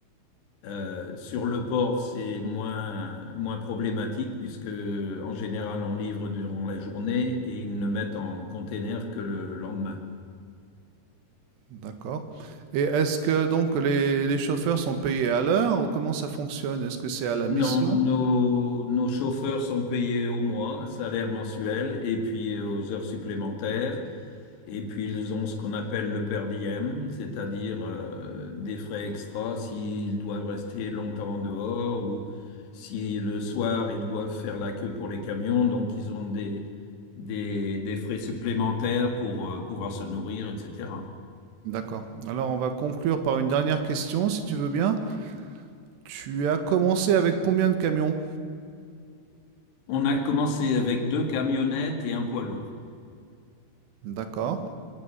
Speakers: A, on the left (about 75°); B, on the right (about 80°).
A: Euh, sur le port, c'est moins, moins problématique puisque en général on livre durant la journée et ils ne mettent en container que le lendemain.
B: D'accord. Et est-ce que donc les, les chauffeurs sont payés à l'heure ou comment ça fonctionne? Est-ce que c'est à la
A: Non,
B: mission?
A: nos, nos chauffeurs sont payés au mois, salaire mensuel et puis aux heures supplémentaires. Et puis ils ont ce qu'on appelle le per diem, c'est-à-dire euh, des frais extras s'ils doivent rester longtemps en dehors ou si le soir ils doivent faire la queue pour les camions, donc ils ont des, des, des frais supplémentaires pour euh, pouvoir se nourrir, etc.
B: D'accord. Alors, on va conclure par une dernière question, si tu veux bien. Tu as commencé avec combien de camions?
A: On a commencé avec deux camionnettes et un poids lourd.
B: D'accord.